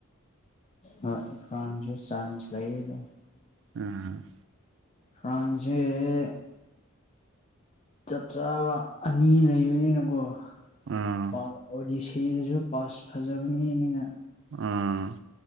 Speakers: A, on the left; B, on the right.
A: ꯍꯣꯏ ꯐ꯭ꯔꯥꯟꯁꯁꯨ ꯆꯥꯟꯁ ꯂꯩꯌꯦ ꯑꯗꯨꯝ
B: ꯎꯝ
A: ꯐ꯭ꯔꯥꯟꯁꯖꯦ ꯆꯞ ꯆꯥꯕ ꯑꯅꯤ ꯂꯩꯕꯅꯤꯅꯀꯣ
B: ꯑꯥ
A: ꯄꯥ ꯑꯣꯗꯤꯁ ꯏꯗꯨꯁꯨ ꯄꯥꯁ ꯐꯖꯕ ꯃꯤꯅꯤꯅ
B: ꯎꯝ